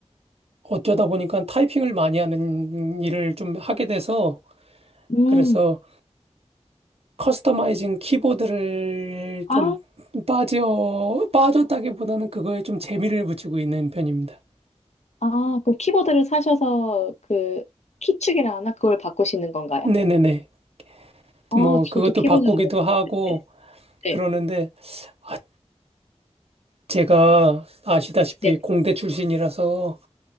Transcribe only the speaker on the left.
음.
아,
아, 그럼 키보드를 사셔서 그 키축이라 하나? 그걸 바꾸시는 건가요?
아,
저도
키보드
좋아하는데.
네. 네.
네.